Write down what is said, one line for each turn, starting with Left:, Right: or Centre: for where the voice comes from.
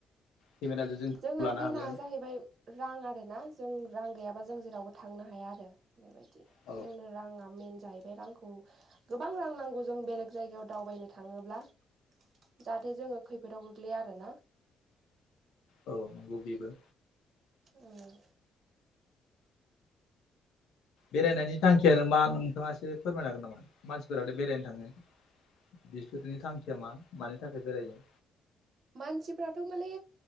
Left: केमेराजों जों
Right: जोंना
Left: लानो
Right: मेनआ
Left: हागोन
Right: जाहैबाय रां आरोना जों रां गैयाबा जों जेरावबो थांनो हाया आरो। बेबायदि
Left: औ
Right: जोंनो रांआ मेन जाहैबाय रांखौ गोबां रां नांगौ जों बेलेग जायगायाव दावबायनो थाङोब्ला जाहाथे जोङो खै फोदआव गोग्लैया आरो ना।
Left: औ नंगौ बेबो।
Right: उम।
Left: बेरायनायनि थांखियानो मा नोंथाङा इसे फोरमायनो हागोन नामा मानसिफोरादि बेरायनो थाङो। बेफोरनि थांखिआ मा मानि थाखाय बेरायो?
Right: मानसिफ्राथ' माने